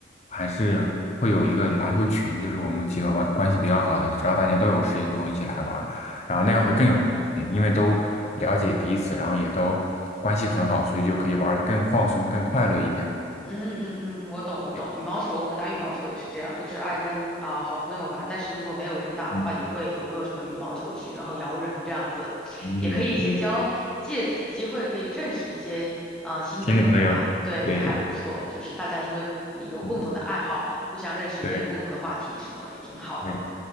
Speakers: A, on the left; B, in the centre.
A: 还是会有一个篮球群，就是我们几个关关系比较好的，只要大家都有时间就会一起来玩儿然后那样会更有意义因为都了解彼此，
B: 嗯。
A: 然后也都关系很好，所以就可以玩的更放松、更快乐一点。
B: 嗯嗯嗯，我懂我懂，
A: 哎
B: 羽毛球我们打羽毛球也是这样，都是爱跟啊、好朋友玩，但是如果没有人打的话，
A: 嗯
B: 也会有个什么羽毛球群，然后摇人这样子，
A: 嗯嗯，
B: 也可以结交，借此机会可以认识一些啊、新的朋友吧，
A: 新的朋友，
B: 对，
A: 对对，
B: 也还不错，就是大家因为有共同的爱好，
A: 嗯
B: 互相认识，
A: 对
B: 也有共同的话题什么的，也挺好的。
A: 对